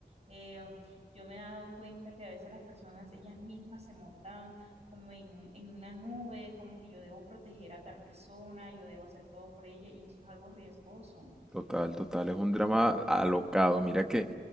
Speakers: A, on the right; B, in the centre.
A: Eh, yo me he dado cuenta que a veces las personas, ellas mismas se montan como en un- en una nube, como que yo debo proteger a tal persona, yo debo hacer todo por ella, y eso es algo riesgoso.
B: total, total, es un drama alocado. Mira que